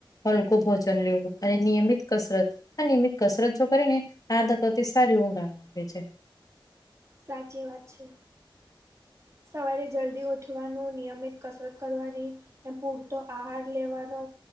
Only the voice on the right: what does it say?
સાચી વાત છે. સવારે જલ્દી ઉઠવાનું, નિયમિત કસરત કરવાની, ને પૂરતો આહાર લેવાનો,